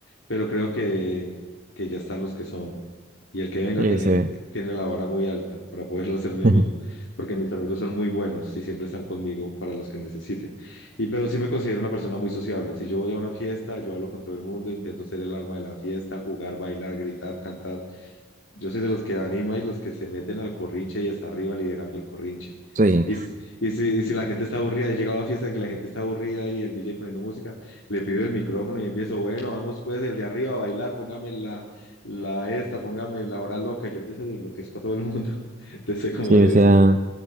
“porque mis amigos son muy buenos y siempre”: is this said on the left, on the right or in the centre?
Left